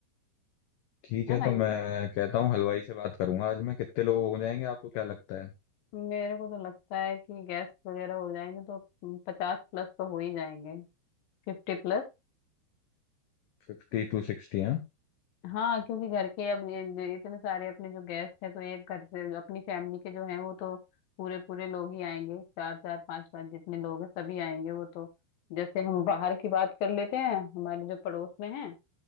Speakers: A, on the left; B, on the left.
A: ठीक
B: है
A: है
B: ना
A: तो मैं कहता हूँ हलवाई से बात करूंगा आज मैं कितने लोग हो जाएंगे आपको क्या लगता है
B: मेरे को तो लगता है कि गैस वगैरह हो जाएंगे तो पचास प्लस तो हो ही जाएंगे Fifty plus.
A: फिफ्टी टू सिक्सटी है
B: हाँ क्योंकि घर के अब ये- ये इतने सारे अपने जो गेस्ट हैं तो एक घर से जो अपनी फैमिली के जो हैं वो तो पूरे पूरे लोग ही आएंगे चार चार पांच पांच जितने लोग हैं सभी आएंगे वो तो जैसे हम बाहर की बात कर लेते हैं हमारे जो पड़ोस में हैं